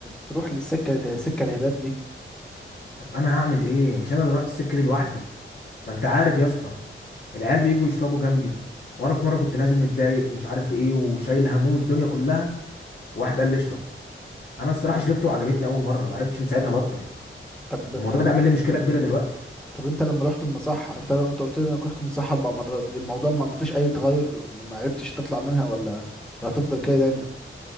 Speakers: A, in the centre; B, on the left.
A: تروح للسكه سكه الهباب دي
B: طب انا هعمل ايه مش انا اللي رحت السكه دي لوحدي ما انت عارف يا اسطى العيال بييجوا يشربوا جنبي وانا في مره كنت نازل متضايق ومش عارف ايه وشايل هموم الدنيا كلها وواحد قال لي اشرب انا الصراحه شربت وعجبتني اول مره ما عرفتش من ساعتها بطل
A: طب
B: الموضوع
A: طب
B: ده
A: انت
B: عامل لي مشكله كبيره دلوقتي
A: طب انت لما رحت المصحه انت انت قلت لي انك رحت المصحه اربع مرات الموضوع ما ما فيش اي تغير ما ما عرفتش تطلع منها ولا ولا هتفضل كده دايما